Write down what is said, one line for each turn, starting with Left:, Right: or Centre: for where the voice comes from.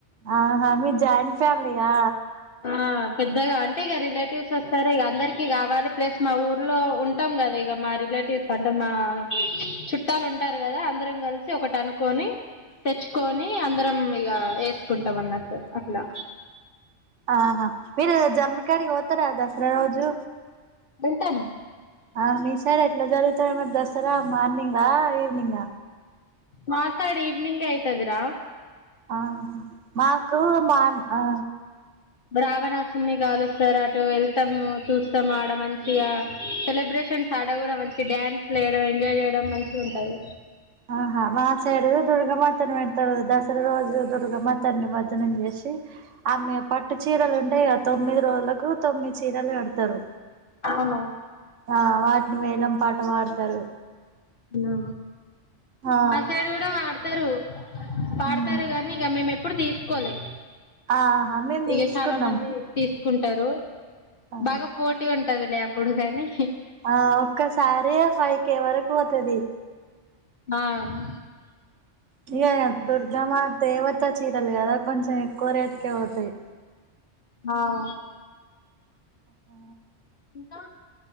Right: ఆహా మీది జాయింట్ ఫ్యామిలియా
Left: ఆ పెద్దగా అంటే ఇగ రిలేటివ్స్ వస్తారు ఇగ అందరికి కావాలి ప్లస్ మా ఊర్లో ఉంటాం గా అదె ఇగ మా రిలేటివ్స్ అంటే మా చుట్టాలు ఉంటారు కదా అందరం కల్సి ఒకటనుకొని తెచ్చుకొని అందరం ఇగ ఏస్కుంటం అన్నట్లు అట్లా
Right: ఆహా మీరు జమ్మికాడికి పోతరా దసరా రోజు
Left: వెళ్తం
Right: ఆ మీ సైడ్ ఎట్ల జరుగుతది మరి దసరా మార్నింగా ఈవినింగా
Left: మా సైడ్ ఈవ్నింగే అయితదిర
Right: ఆహ్ మాకు మాన్ ఆ
Left: బ్రావరాసున్ని గాలు సర్ అటు వెళ్తాము చూస్తం ఆడ మంచిగా సెలబ్రేషన్స్ ఆడ కూడా మంచి డ్యాన్స్ చేయడం ఎంజాయ్ చేయడం మంచిగ ఉంటది
Right: ఆహా మాసైడు దుర్గ మాతాని పెడ్తరు దసరా రోజు దుర్గ మాత నిమర్జనం చేష్ ఆమె పట్టు చీరలు ఉంటే ఆ తొమ్మిది రోజులకు తొమ్మిది చీరలు కడతరు
Left: అవును
Right: ఆ వాట్ని వేలం పాట పాడ్తరు
Left: అ
Right: ఆ
Left: మా సైడ్ కుడ పాడ్తరు పాడ్తరు
Right: ఉమ్
Left: గనీ ఇగ మేము ఎప్పుడు తిస్కోలే
Right: ఆహా మేము తీసుకున్నాం
Left: ఇగ చాలా మంది తీస్కుంటరూ
Right: ఆ
Left: బాగ పోటి ఉంటదిలే అప్పుడు కనీ
Right: ఆ ఒక్కసారియె ఫై కే వరకు పోతది
Left: మామ్
Right: ఇగ య దుర్గమ్మ దేవత చీరల్ కదా కొంచెం ఎక్కువ రేట్కె పోతయి.
Left: నౌ
Right: ఆ
Left: ఇంకా